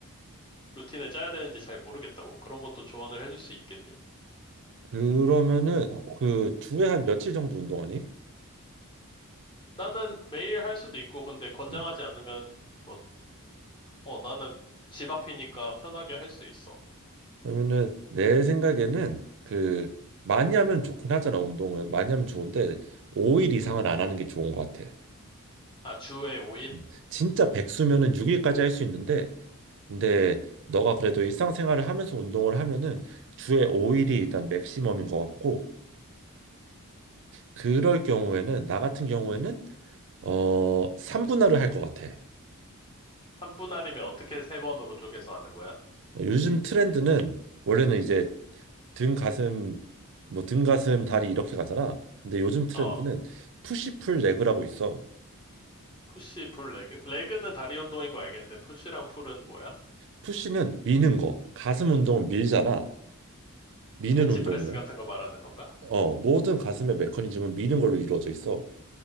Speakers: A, on the left; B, on the right.
A: 루틴을 짜야 되는지 잘 모르겠다고 그런 것도 조언을 해줄 수 있겠니?
B: 그러면은 그 주에 한 며칠 정도 운동하니?
A: 나는 매일 할 수도 있고 근데 권장하지
B: 응.
A: 않으면 뭐, 어, 나는 집 앞이니까 편하게 할 수 있어.
B: 그러면은 내 생각에는 그 많이 하면 좋긴 하잖아 운동은 많이 하면 좋은데 5일 이상은 안 하는 게 좋은 것 같아.
A: 아, 주에 5일?
B: 음. 진짜 백수면은 6일까지 할 수 있는데 근데 너가 그래도 일상생활을 하면서 운동을 하면은 주에 5일이 일단 맥시멈인 것 같고 그럴 경우에는 나 같은 경우에는 어 3분할을 할 것 같아.
A: 삼분할이면 어떻게 세번으로 쪼개서 하는 거야?
B: 어, 요즘 트렌드는 원래는 이제 등 가슴 뭐 등 가슴 다리 이렇게 가잖아. 근데 요즘 트렌드는
A: 어,
B: 푸시풀 레그라고 있어.
A: 푸시, 풀, 레그? 레그는 다리 운동인 거 알겠는데, 푸시랑 풀은 뭐야?
B: 푸시는 미는 거. 가슴 운동은 밀잖아. 미는
A: 벤치프레스
B: 운동이야.
A: 같은 거 말하는 건가?
B: 어, 모든 가슴의 메커니즘은 미는 걸로 이루어져 있어.